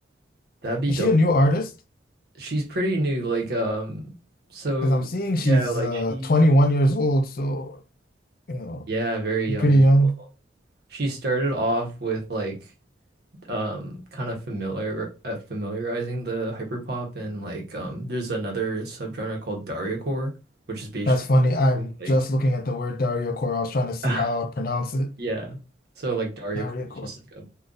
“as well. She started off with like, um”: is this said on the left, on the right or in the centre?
Right